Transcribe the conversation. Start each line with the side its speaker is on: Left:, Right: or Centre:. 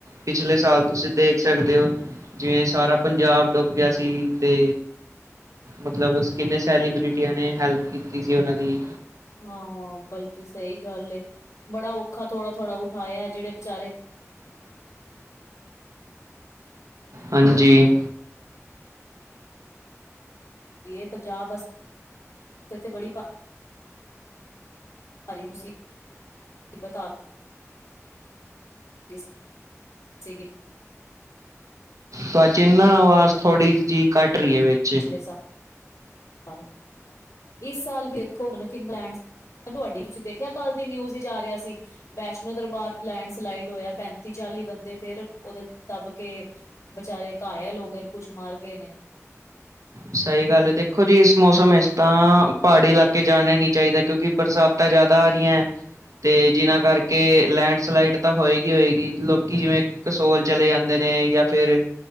Right: ਪਿਛਲੇ ਸਾਲ ਤੁਸੀਂ ਦੇਖ ਸਕਦੇ ਹੋ ਜਿਵੇਂ ਸਾਰਾ ਪੰਜਾਬ ਡੁੱਬ ਗਿਆ ਸੀ ਤੇ ਮਤਲਬ ਕਿੰਨੇ ਸੈਲੀਬ੍ਰਿਟੀਆਂ ਨੇ ਹੈਲਪ ਕੀਤੀ ਸੀ ਉਹਨਾਂ ਦੀ।
Left: ਹਾਂ ਬਲਕਿ ਸਹੀ ਗੱਲ ਏ। ਬੜਾ ਔਖ ਥੋੜਾ ਥੋੜ੍ਹਾ ਉਠਾਇਆ ਜਿਹੜੇ ਬੀਚਾਰੇ
Right: ਹਾਂਜੀ।
Left: ਇਹ ਪੰਜਾਬ ਬਸ ਤੇ ਬੜੀ ਬਾਤ। ਭਾਰੀ ਮੁਸੀਬ ਤਬਤ ਆ ਗ। ਗਿਸ ਸੇ ਗਿਸ।
Right: ਸਚ ਇਹਨਾ ਬਾ ਨਾ ਆਵਾਜ਼ ਥੋੜ੍ਹੀ ਜਿਹੀ ਘੱਟ ਰਹੀ ਹੈ ਵਿੱਚ।
Left: ਪਿਛਲੇ ਸਾਲ ਇਸ ਸਾਲ ਦੇਖੋ ਹੁਣ ਕਿ ਇੰਗਲੈਂਡ। ਹਾਂ ਤੁਹਾਡੀ, ਤੁਸੀਂ ਦੇਖਿਆ ਕੱਲ੍ਹ ਦੀ ਨਿਊਜ਼ ਵਿੱਚ ਆ ਰਿਹਾ ਸੀ। ਵੈਸ਼ਨੋ ਦਰਬਾਰ ਲੈਂਡਸਲਾਈਡ ਹੋਇਆ ਪੈਂਤੀ ਚਾਲੀ ਬੰਦੇ ਫੇਰ ਉਹਦੇ ਦੱਬ ਕੇ। ਬੇਚਾਰੇ ਘਾਇਲ ਹੋ ਗਏ ਨੇ ਕੁੱਛ ਮਰ ਗਏ ਨੇ।
Right: ਸਹੀ ਗੱਲ ਦੇਖੋ ਜੀ ਇਸ ਮੌਸਮ ਇਸ ਤਾਂ ਪਹਾੜੀ ਇਲਾਕੇ ਜਾਣਾ ਨੀ ਚਾਹੀਦਾ ਕਿਉਂਕਿ ਬਰਸਾਤ। ਬਰਸਾਤਾਂ ਜ਼ਿਆਦਾ ਆ ਰਹੀਆ।
Left: <inaudible>
Right: ਤੇ ਜਿੰਨਾਂ
Left: ਹਾਂ।
Right: ਕਰਕੇ ਲੈਂਡਸਲਾਈਡ। ਤਾਂ ਹੋਏਗੀ ਹੋਏਗੀ ਲੋਕੀ ਜਿਵੇਂ ਕਸੋਲ ਚਲੇ ਜਾਂਦੇ ਨੇ ਜਾਂ ਫਿਰ।